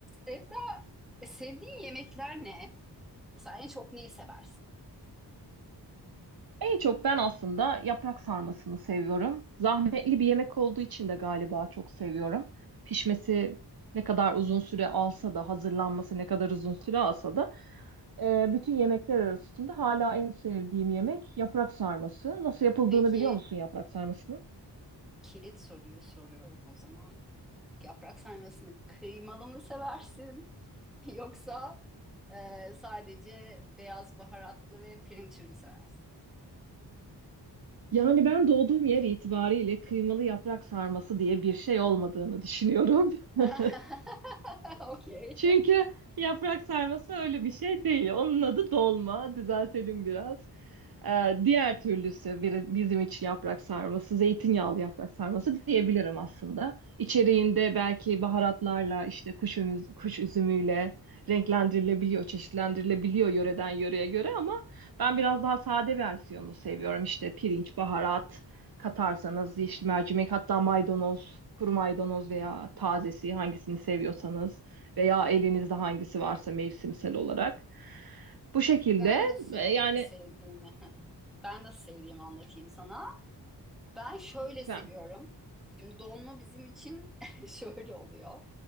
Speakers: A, in the centre; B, on the right (about 60°).
A: Sevda, e, sevdiğin yemekler ne? Mesela en çok neyi seversin?
B: En çok ben aslında yaprak sarmasını seviyorum. Zahmetli bir yemek olduğu için de galiba çok seviyorum. Pişmesi ne kadar uzun süre alsa da, hazırlanması ne kadar uzun süre alsa da e, bütün yemekler arasında hala en sevdiğim yemek yaprak sarması. Nasıl yapıldığını
A: Peki
B: biliyor musun yaprak sarmasının?
A: kilit soruyu soruyorum o zaman. Yaprak sarmasını kıymalı mı seversin? <laughs> Yoksa e, sadece beyaz baharatlı ve pirinçli mi seversin?
B: Yani ben doğduğum yer itibariyle kıymalı yaprak sarması diye bir şey olmadığını düşünüyorum.
A: <laughs>
B: <laughs>
A: Okey.
B: Çünkü yaprak sarması öyle bir şey değil. Onun adı dolma. Düzeltelim biraz. Ee, diğer türlüsü bir- bizim için yaprak sarması, zeytinyağlı yaprak sarması diyebilirim aslında. İçeriğinde belki baharatlarla, işte kuş, üzümü kuş üzümüyle renklendirilebiliyor, çeşitlendirilebiliyor yöreden yöreye göre ama ben biraz daha sade versiyonunu seviyorum. İşte pirinç, baharat katarsanız, yeşil mercimek, hatta maydanoz, kuru maydanoz veya tazesi hangisini seviyorsanız veya elinizde hangisi varsa mevsimsel olarak. Bu şekilde
A: Ben nasıl
B: e, yani
A: sevdiğimi, <laughs> ben nasıl sevdiğimi anlatayım sana. Ben şöyle
B: lütfen.
A: seviyorum. Şimdi dolma bizim için <laughs> şöyle oluyor.